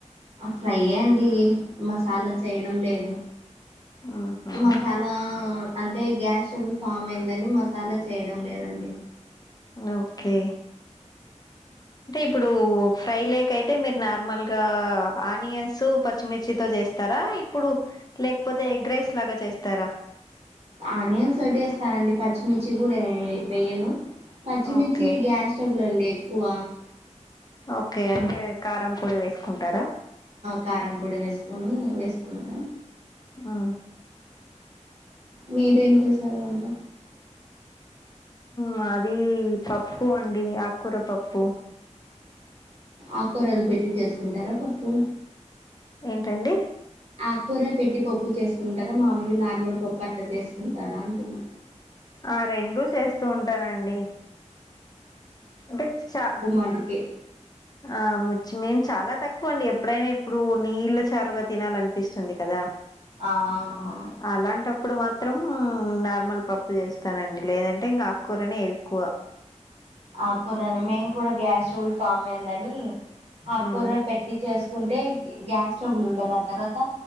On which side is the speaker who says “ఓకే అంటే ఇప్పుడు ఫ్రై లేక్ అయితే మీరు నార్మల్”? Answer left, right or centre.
Left